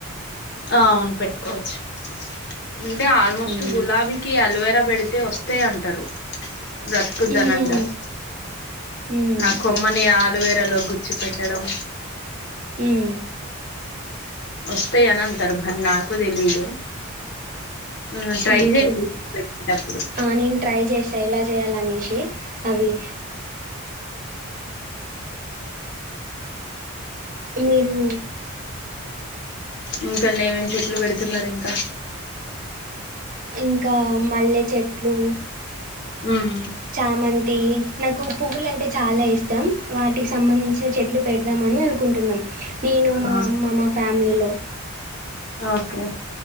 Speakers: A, on the left; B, on the right.
A: ఆ అవును పెట్టుకోవచ్చు అంటే ఆల్మోస్ట్
B: ఉమ్
A: గులాబీకి అలోవేరా పెడితే వస్తాయి అంటారు బ్రతుకొద్దాని
B: ఉహు
A: అంటారు
B: ఉమ్
A: ఆ కొమ్మని ఆ లువేరలో గుచ్చు పెట్టడం
B: హ్మ్మ్
A: వస్తే అనా అంతరు మరి నాకు తెలిదు ఆ ట్రై
B: ఓకే
A: చేయండి పెట్టేటప్పుడు
B: ఆ నేను ట్రై చేసా ఎలా చేయాలనేసి అవి మీరు
A: ఇంకనే ఏమేం చెట్లు పెడుతున్నారు ఇంకా
B: ఇంకా మల్లె చెట్లు
A: ఉమ్
B: చామంతి నాకు పువ్వులు అంటే చాలా ఇష్టం వాటి సంబంధించిన చెట్లు పెడత ద్దామని అనుకుంటున్నాం నేను మా
A: అవును.
B: అమ్మ మా ఫ్యామిలీలో
A: ఓకే